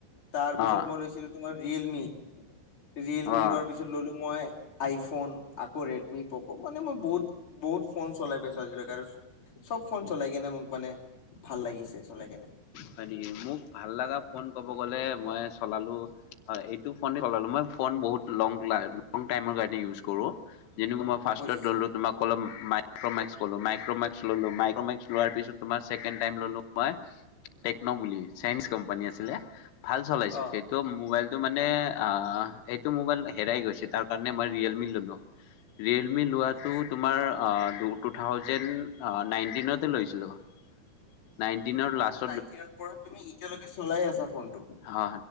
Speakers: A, on the left; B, on the left.
A: তাৰ পিছত
B: অ'
A: মই লৈছিলোঁ তোমাৰ ৰিয়েলমি ৰিয়েলমি
B: অ'
A: লোৱাৰ পিছত ললো মই আইফোন আকৌ ৰেডমি প'ক মানে মই বহুত বহুত ফোন চলাই পাইছো আজিলৈকে আৰু চব ফোন চলাই কেনে মোক মানে ভাল লাগিছে চলাই কেনে <unintelligible>
B: হয় নেকি মোক ভাল লগা ফোন কব গলে মই চলালো হয় এইটো ফোনেই ফোন বহুত লেটাবোৰ কাৰনে ইউজ কৰোঁ যেনেক মই ফাৰ্ষ্টত
A: বুজিছো
B: ল'লো তোমাক কলো মাইক্ৰমেক্স কলো মাইক্ৰমে্ ললো মাইক্ৰমে্স <unintelligible> লোৱাৰ পিছত তোমাৰ ছেকেণ্ড টাইম ললো মই টেকন' বুলি চাইনিচ কোম্পানী আছিলে <unintelligible> ভাল চলাইছে
A: অ
B: সেইটো মোবাইলটো মানে আহ এইটো মোবাইল হেৰাই গৈছে তাৰ কাৰণে মই ৰিয়েলমি ললোঁ ৰিয়েলমি লোৱাটো
A: বুজিছো
B: তোমাৰ টু থাউজেণ্ড নাইনটিনতে লৈছিলোঁ <unintelligible> নাইনটিনৰ লাষ্ট
A: নাইনটিনৰপৰা তুমি এতিয়ালৈকে চলাই আছা ফোনটো
B: অ